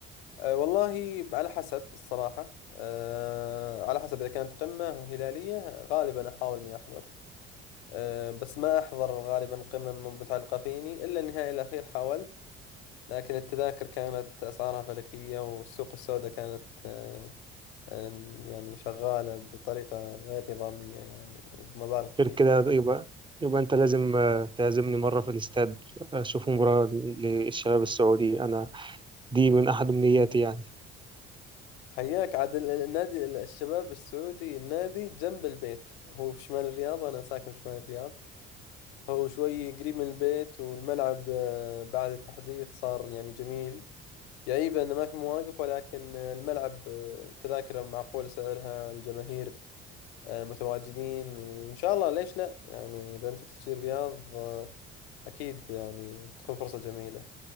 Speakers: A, on the left; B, on the right.
A: أه، والله على حسب الصراحة أه، على حسب إذا كانت قمة وهلالية غالبا أحاول إني أحضر أه، بس ما أحضر غالبا قمم متعلقة فيني إلا النهائي الأخير حاولت لكن التذاكر كانت أسعارها فلكية والسوق السوداء كانت أه، أم، يعني شغالة بطريقة غير نظامية يعني وبمبالغ كبيرة
B: غير كده يبقى يبقى أنت لازم آه، تعزمني مرة في الاستاد أشوف مباراة للشباب السعودي أنا دي من أحد أمنياتي يعني
A: حياك عاد ال- ال- النادي ال- الشباب السعودي النادي جنب البيت هو في شمال الرياض وأنا ساكن في شمال الرياض هو شوي قريب من البيت والملعب آه، بعد التحديث صار يعني جميل يعيبه إنه ما في مواقف ولكن آه، الملعب آه، تذاكره معقول سعرها الجماهير آه، متواجدين وإن شاء الله ليش لا يعني إذا أنت بتجي الرياض آه، أكيد يعني بتكون فرصة جميلة